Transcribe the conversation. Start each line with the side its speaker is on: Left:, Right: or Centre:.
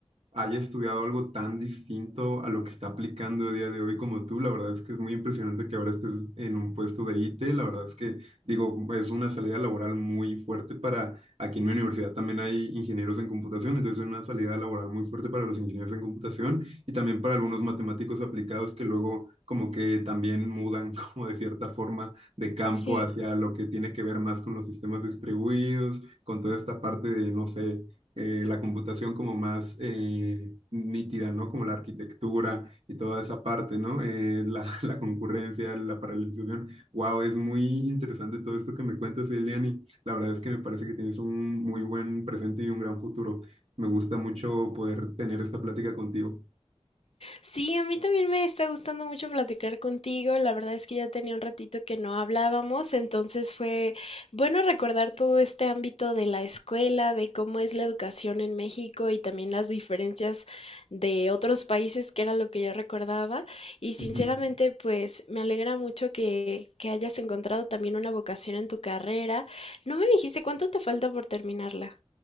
Right: haya estudiado algo tan distinto a lo que está aplicando a día de hoy como tú. La verdad es que es muy impresionante que ahora estés en un puesto de IT. La verdad es que, digo, es una salida laboral muy fuerte para, aquí en mi universidad también hay ingenieros en computación, entonces es una salida laboral muy fuerte para los ingenieros en computación y también para algunos matemáticos aplicados que luego como que también mudan <laughs> como de cierta forma de campo
Left: Sí.
Right: hacia lo que tiene que ver más con los sistemas distribuidos, con toda esta parte de, no sé, eh, la computación como más eh, nítida, ¿no? Como la arquitectura y toda esa parte, ¿no? Eh, la, <laughs> la concurrencia, la paralelización. Wow, es muy interesante todo esto que me cuentas, Eliani. La verdad es que me parece que tienes un muy buen presente y un gran futuro. Me gusta mucho poder tener esta plática contigo.
Left: Sí, a mí también me está gustando mucho platicar contigo. La verdad es que ya tenía un ratito que no hablábamos, entonces fue bueno recordar todo este ámbito de la escuela, de cómo es la educación en México y también las diferencias de otros países, que era lo que yo recordaba. Y sinceramente,
Right: Ujú.
Left: pues me alegra mucho que, que hayas encontrado también una vocación en tu carrera. No me dijiste cuánto te falta por terminarla.